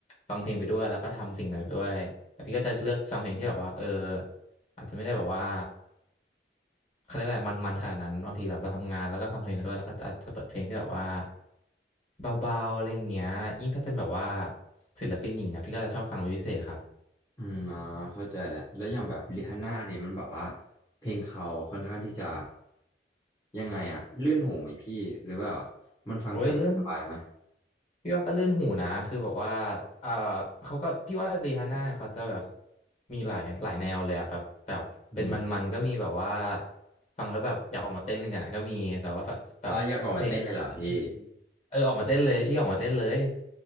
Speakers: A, on the left; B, on the left.
A: ฟังเพลงไปด้วยแล้วก็ทำสิ่งนั้นไปด้วยแล้วพี่ก็จะเลือกฟังเพลงที่แบบว่าเอออาจจะไม่ได้แบบว่าเขาเรียกอะไรมันๆขนาดนั้นบางทีแบบเราทำงานแล้วก็ฟังเพลงไปด้วยแล้วก็อาจจะเปิดเพลงที่แบบว่าเบาๆอะไรอย่างเงี้ยยิ่งถ้าเป็นแบบว่าศิลปินหญิงอ่ะพี่ก็จะชอบฟังเป็นพิเศษครับ
B: อืมอ๋อเข้าใจแล้วแล้วอย่างแบบริฮาน่าเนี่ยมันแบบว่าเพลงเขาค่อนข้างที่จะยังไงอ่ะลื่นหูไหมพี่หรือว่ามันฟังสบายๆไหม
A: โอ้ยเรื่อง พี่ว่าก็ลื่นหูนะคือแบบว่าเอ่อเขาก็พี่ว่ารีฮาน่าเนี่ยเขาจะแบบมีหลายหลายแนวเลยอะแบบแบบเป็นมันๆก็มีแบบว่า
B: อืม
A: ฟังแล้วแบบอยากออกมาเต้นหนึ่งอะก็มีแต่ว่าแบบแบบเพลงที่ฟังชิวๆเออออกมาเต้นเลยพี่ออกมาเต้นเลย
B: อ๋ออยากออกมาเต้นเลยเหรอพี่